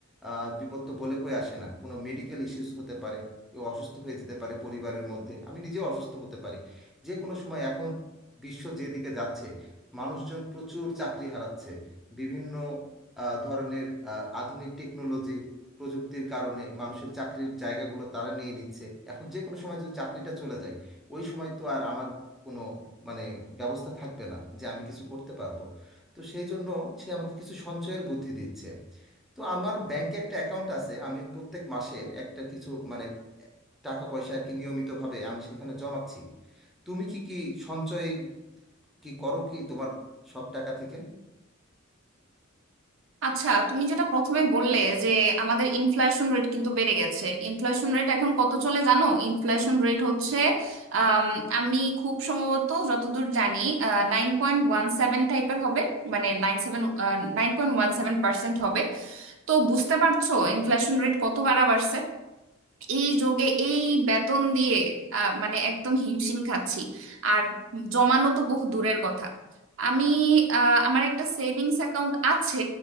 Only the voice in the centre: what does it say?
আহ, বিপদ তো বলে কই আসে না কোনো মেডিকেল ইস্যুস হতে পারে কেউ অসুস্থ হয়ে যেতে পারে পরিবারের মধ্যে আমি নিজেও অসুস্থ হতে পারি যে কোনো সময় এখন বিশ্ব যেদিকে যাচ্ছে মানুষজন প্রচুর চাকরি হারাচ্ছে বিভিন্ন আহ, ধরনের আহ, আধুনিক টেকনোলজি প্রযুক্তির কারণে মানুষের চাকরির জায়গাগুলো তারা নিয়ে নিচ্ছে এখন যে কোনো সময় যদি চাকরিটা চলে যায় ওই সময় তো আর আমার কোনো মানে ব্যবস্থা থাকবে না যে আমি কিছু করতে পারবো তো সেই জন্য সে আমাকে কিছু সঞ্চয়ের বুদ্ধি দিচ্ছে তো আমার ব্যাংকে একটা অ্যাকাউন্ট আছে আমি প্রত্যেক মাসে একটা কিছু মানে টাকা পয়সা আর কি নিয়মিতভাবে আমি সেখানে জমাচ্ছি তুমি কি কি সঞ্চয় কি করো কি তোমার সব টাকা থেকে